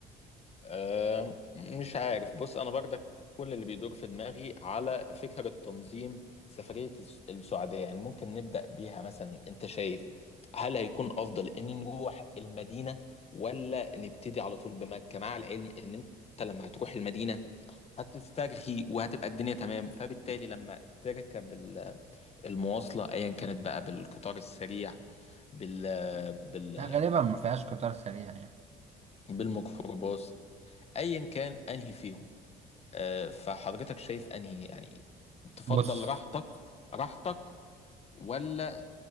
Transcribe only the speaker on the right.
آه، غالبا ما فيهاش قطار سريع يعني
بص